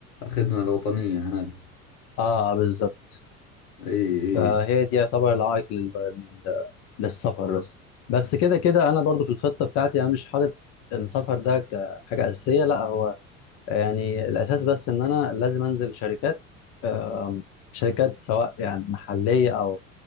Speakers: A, on the left; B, on the left.
A: الخدمة الوطنية هذه
B: اه بالظبط
A: إيه
B: فهي دي يعتبر العائق لل... لل- للسفر بس بس كده كده انا برضو في الخطة بتاعتي انا مش حاطط السفر ده كحاجة أساسية لا هو يعني الأساس بس إن أنا لازم أنزل شركات آم، شركات سواء يعني محلية أو